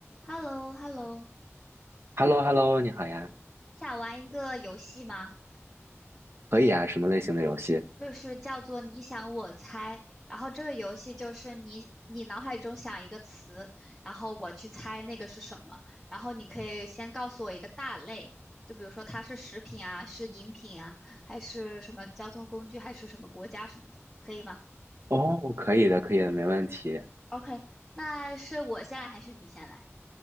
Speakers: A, in the centre; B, on the right (about 55°).
A: h e l l o h e l l o
B: h e l l o h e l l o 你好呀，
A: 你想玩一个游戏吗？
B: 可以啊，什么类型的游戏？
A: 就是叫做你想我猜，然后这个游戏就是你你脑海中想一个词，然后我去猜那个是什么，然后你可以先告诉我一个大类，就比如说它是食品啊，是饮品啊，还是什么交通工具，还是什么国家什么的，可以吗
B: 哦，可以的，可以的，没问题。
A: ？OK，那是我先来还是你先来？